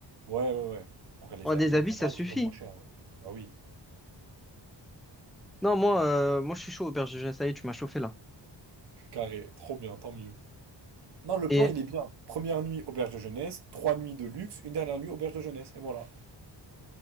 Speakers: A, on the right; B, in the centre.
A: Ouais, ouais, ouais. On regarde les
B: On regarde
A: avis,
B: les avis,
A: on prend
B: ça
A: pas
B: suffit.
A: le truc le moins cher. hein. Bah oui,
B: Non, moi, euh, moi, je suis chaud, auberge de jeunesse. Ça y est, tu m'as chauffé, là.
A: carré, trop bien, tant mieux. Non, le
B: Et
A: plan, il est bien. Première nuit, auberge de jeunesse, trois nuits de luxe, une dernière nuit, auberge de jeunesse, et voilà.